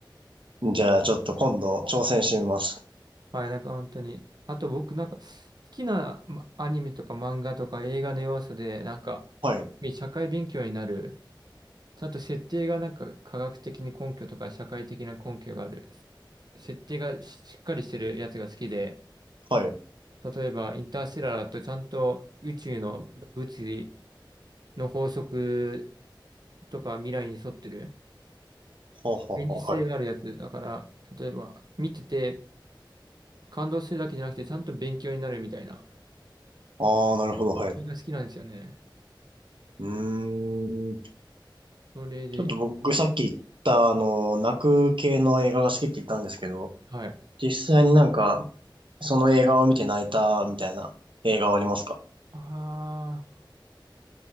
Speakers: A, on the right (about 75°); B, on the right (about 55°).
A: じゃあ、ちょっと今度挑戦してみます。
B: はい、なんか本当に。あと僕なんか好きなまアニメとか漫画とか映画の要素で、なんか
A: はい、
B: 社会勉強になる。ちゃんと設定がなんか科学的に根拠とか社会的な根拠がある。設定がししっかりしてるやつが好きで、
A: はい。
B: 例えばインターステラーだとちゃんと宇宙の物理の法則とか未来に沿ってる。
A: ほうほうほう、
B: 現実性があるやつだから、
A: はい。
B: 例えば見てて感動するだけじゃなくてちゃんと勉強になるみたいな
A: ああ、なるほど、はい。
B: 映画好きなんですよね。
A: うーん。
B: それで、
A: ちょっと僕さっき言った、あの、泣く系の映画が好きって言ったんですけど、
B: はい。
A: 実際になんか、その映画を見て泣いたみたいな映画はありますか
B: ああ、